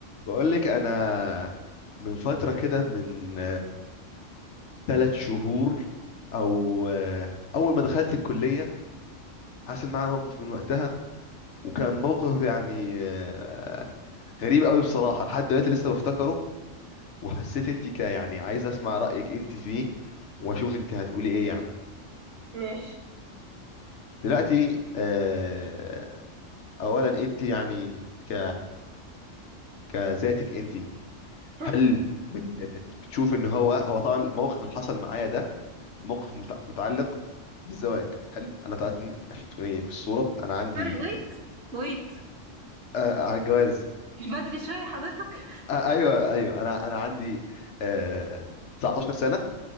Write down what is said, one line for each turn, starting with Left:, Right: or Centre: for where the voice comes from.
Left: بقول لك انا من فتره كده من ثلاث شهور او آه، اول ما دخلت الكليه حصل معايا موقف من وقتها وكان موقف يعني آه، غريب قوي بصراحه لحد دلوقتي لسه بفتكره وحسيت انت ك يعني عايز اسمع رايك انت فيه واشوف انت هتقولي ايه يعني
Right: ماشي
Left: دلوقتي آه، اولا انت يعني ك كذاتك انت
Right: <laughs>
Left: هل بت... بت... بتشوف ان هو هو طبعا الموقف اللي حصل معايا ده موقف مت- متعلق بالزواج حلو انا طلعت إن- عشان تكوني في الصوره انا عندي
Right: سوري ويت ويت
Left: آه على الجواز
Right: مش بدري شوية حضرتك
Left: آه ايوه ايوه انا انا عندي آه 19 سنه